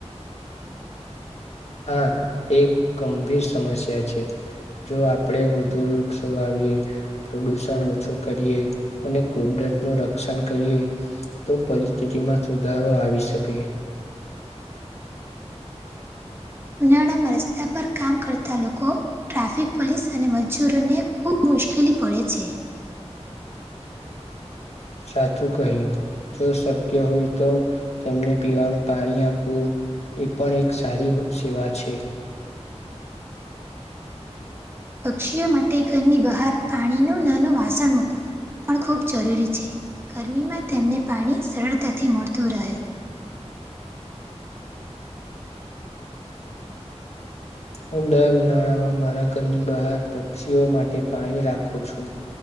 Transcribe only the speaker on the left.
આ એક ગંભીર સમસ્યા છે. જો આપણેે વધુ વૃક્ષો વાવ વીએ પ્રદૂષણ ઓછું કરીએ, અને કુદરત નું રક્ષણ કરીએ તો પરિસ્થિતિમાં સુધારો આવી શકે હે.
સાચું કહ્યું. જો શક્ય હોય તો તેમને પીવાનું પાણી આપવું. એ પણ એક સારી સેવા છે.
હું દર ઉનાળામાં મારા ઘરની બહાર પક્ષીઓ માટે પાણી રાખું છું.